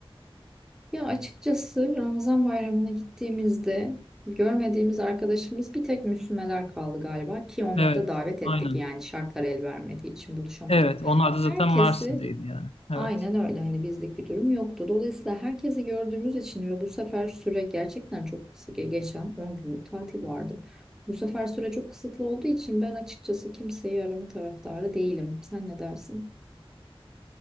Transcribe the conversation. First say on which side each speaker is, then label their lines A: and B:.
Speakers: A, in the centre; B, on the left.
A: Ya açıkçası Ramazan bayramına gittiğimizde görmediğimiz arkadaşımız bir tek Müslümeler kaldı galiba ki onları
B: Evet,
A: da davet ettik
B: aynen.
A: yani şartlar el vermediği için buluşamadık.
B: Evet, onlar da
A: Herkesi
B: zaten Mersin'deydi yani. Evet.
A: Aynen öyle hani bizlik bir durum yoktu. Dolayısıyla herkesi gördüğümüz için ve bu sefer süre gerçekten çok kısa ge- geçen 10 günlük tatil vardı. Bu sefer süre çok kısıtlı olduğu için ben açıkçası kimseyi arama taraftarı değilim. Sen ne dersin?